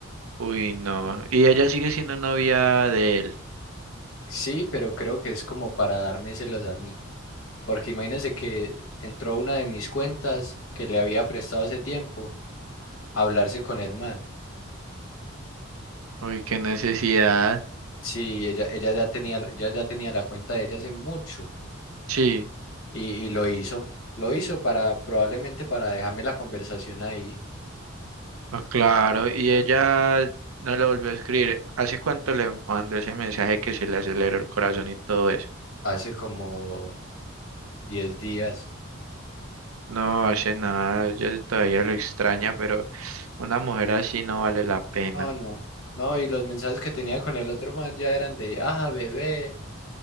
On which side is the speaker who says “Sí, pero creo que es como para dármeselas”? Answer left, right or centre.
Left